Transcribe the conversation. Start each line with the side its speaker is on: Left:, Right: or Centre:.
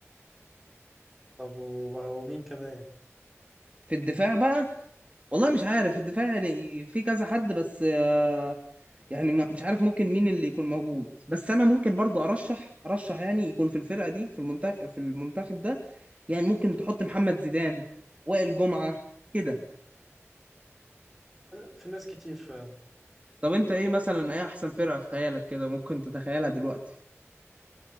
Centre: طب وبقى ومين كمان
Right: في الدفاع بقى والله مش عارف في الدفاع يعني في كذا حد بس آه، يعني ما- مش عارف ممكن مين اللي يكون موجود بس انا ممكن برضو ارشح ارشح يعني يكون في الفرقه دي في المنتخب في المنتخب ده يعني ممكن تحط محمد زيدان وائل جمعه كده
Centre: لا، في ناس كتير فعلا
Right: طب انت ايه مثلا ايه احسن فرقه في خيالك كده ممكن تتخيلها دلوقتي